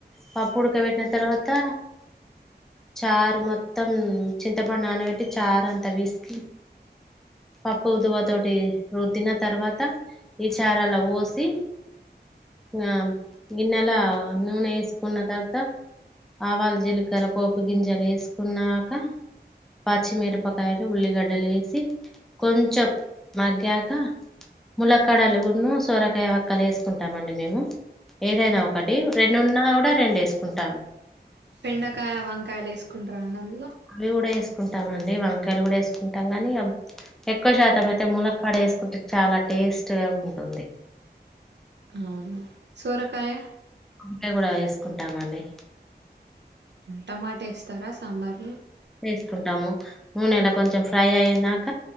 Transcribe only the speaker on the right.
పెండకాయ వంకాయలు వేసుకుంటార అండి అ
అవును సోరకాయ
టమాట ఇస్తారా సాంబార్